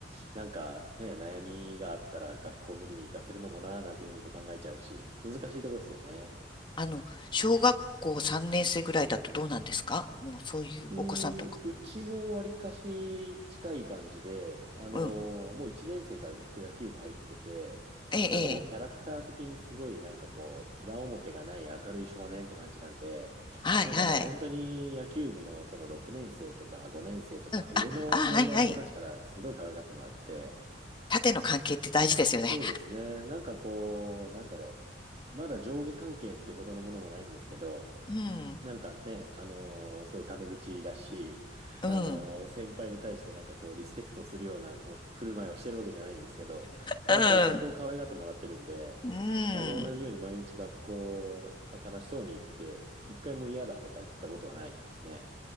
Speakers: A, on the right (about 35°); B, on the left (about 25°).
A: なんかね、悩みがあったら学校無理に行かせるのもなーなんていうふうにも考えちゃうし、難しいとこですよね。
B: あの、小学校3年生ぐらいだとどうなんですかもうそういうお子さんとか。
A: うーん、うちもわりかし近い感じで、あのーもう1年生からずっと野球部入ってて、
B: うん。ええ、ええ。
A: なんかもうキャラクター的にすごいなんかこう、裏表がない明るい少年って感じなんで、
B: はい、
A: なんかもう本当に野球部のその6年生とか5年生とか上の年代の子たちからすごい可愛がってもらって、
B: はい。あ、あ、はいはい。縦の関係って大事ですよね。
A: そうですね、なんかこう、なんだろう、まだ上下関係ってほどのものもないんですけど、
B: うん、
A: なんかね、あのーすごいタメ口だし、
B: うん、
A: あのー先輩に対してなんかこう、リスペクトするような、こう、振る舞いをしてるわけじゃないんですけど、まあ、
B: うん。
A: いかんせんこう、可愛がってもらってるんで、
B: うん、
A: あの、同じように毎日学校、楽しそうに行って、一回も嫌だとか言ったことはないですね。